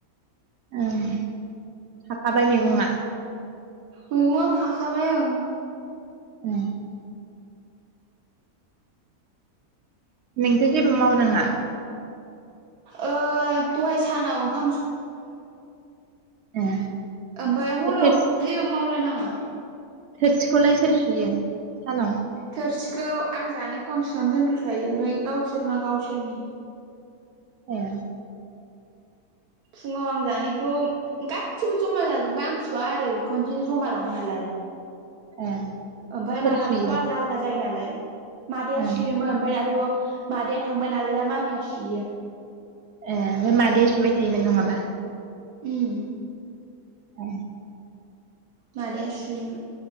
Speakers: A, on the right; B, on the right.
A: ओं थाखाबाय मैगङा?
B: मैगङा खाखाबाय ओं।
A: <inaudible> नोंथो जेबो मावनाङा।
B: ओ दहाय सानाव ओंखाम
A: ए।
B: ओमफफ्राय हराव
A: बे
B: जेबो मावलायनाङा
A: थोरसिखौलाय सोर सुयो? सानाव
B: थोरसिखौ आं जानायखौ आं सुनानै दोनफैखायो ओमफफ्राय गावसोरना गावसोरनि
A: ए।
B: फुङाव आं जानायखौ गासिबो जमा जाजोबा आं सुवा आरो खनसेनो जमा लाङो नालाय।
A: <inaudible>
B: ओमफाय
A: सोर
B: मालाबाथ'
A: सुयो
B: आलदा आलदा जायो नालाय मादैया
A: ए
B: सुयोमोन ओमफफ्राय दाथ' मादैया थांबाय नालाय दा मामिया सुयो।
A: ए ओमफ्राय मादैया सुबाय थायोमोन नङाबा
B: उम।
A: <inaudible>
B: मादैया सुयोमोन।